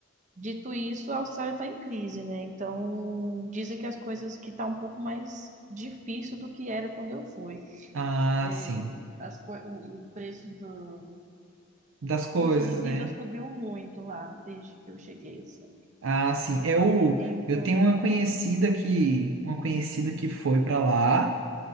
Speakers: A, on the right; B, on the right.
A: dito isso, a Austrália está em crise, né? Então, dizem que as coisas que tá um pouco mais difícil do que era quando eu fui.
B: Ah,
A: É,
B: sim.
A: as co- o, o preço do
B: Das coisas,
A: custo de vida
B: né?
A: subiu muito lá desde que eu cheguei, assim.
B: Ah, sim. Eu,
A: Então,
B: eu tenho uma conhecida que, uma conhecida que foi para lá.